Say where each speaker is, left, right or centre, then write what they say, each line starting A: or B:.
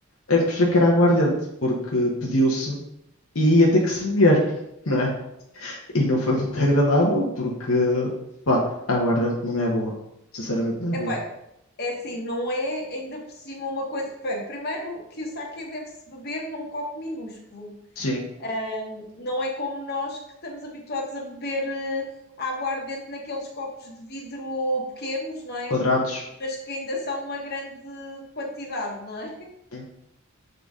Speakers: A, on the left; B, on the left.
A: em perceber que era aguardente, porque pediu-se e ia ter que se beber, <laughs> não é? E não foi muito agradável, porque, pá, aguardente não é boa. Sinceramente não é
B: Epá,
A: boa.
B: é assim, não é ainda por cima uma coisa. Bem, primeiro que o saque deve-se beber num copo minúsculo.
A: Sim,
B: Ahm, não é como nós que estamos habituados a beber eh, aguardente naqueles copos de vidro pequenos, não é?
A: quadrados,
B: Mas que ainda são uma grande quantidade, não é?
A: hum,